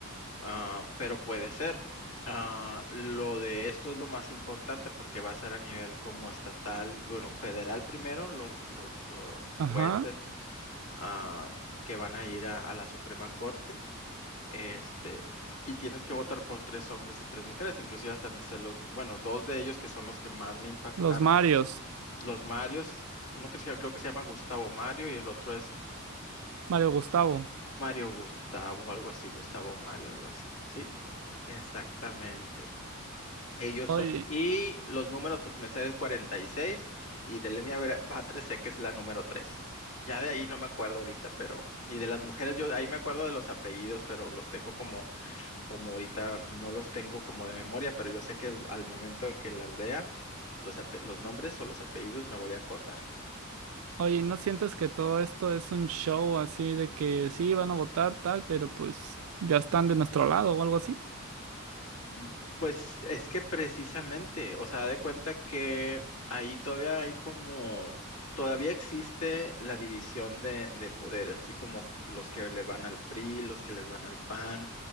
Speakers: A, on the left; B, on the right.
A: Ah, pero puede ser. Ah, lo de esto es lo más importante porque va a ser a nivel como estatal, bueno, federal primero, los, los oh,
B: Ajá,
A: jueces ah, que van a ir a a la Suprema Corte. Este, y tienes que votar por tres hombres y tres mujeres, inclusive hasta me sé los, bueno, dos de ellos que son los que más me impactaron,
B: los Marios,
A: los Marios, uno que se- creo que se llama Gustavo Mario y el otro es
B: Mario Gustavo.
A: Mario Gustavo, algo así, Gustavo Mario, algo así, sí, exactamente. Ellos
B: Oye.
A: son, y los números, pues me sé del cuarenta y seis y de Lenia Bre- Batres sé que es la número tres Ya de ahí no me acuerdo ahorita, pero, y de las mujeres, yo ahí me acuerdo de los apellidos, pero los tengo como como ahorita no los tengo como de memoria, pero yo sé que al, al momento que las vea, los, ape- los nombres o los apellidos me voy a acordar.
B: Oye, ¿no sientes que todo esto es un show así de que sí van a votar tal, pero pues ya están de nuestro lado o algo así?
A: Mm, Pues es que precisamente, o sea, de cuenta que ahí todavía hay como, todavía existe la división de, de poderes, así como los que le van al PRI, los que les van al PAN.